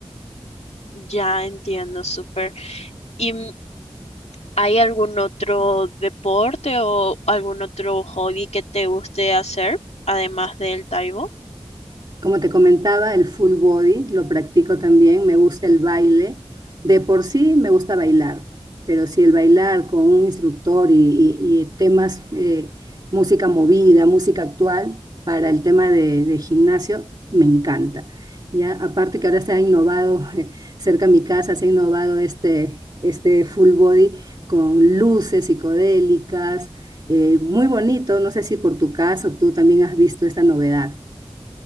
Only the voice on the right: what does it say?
Como te comentaba, el full body lo practico también, me gusta el baile. De por sí me gusta bailar, pero si el bailar con un instructor y, y- y temas, eh, música movida, música actual, para el tema de, de gimnasio, me encanta. Ya, aparte que ahora se ha innovado, <laughs> eh, cerca de mi casa se ha innovado este, este full body con luces psicodélicas, eh, muy bonito. No sé si por tu caso tú también has visto esta novedad.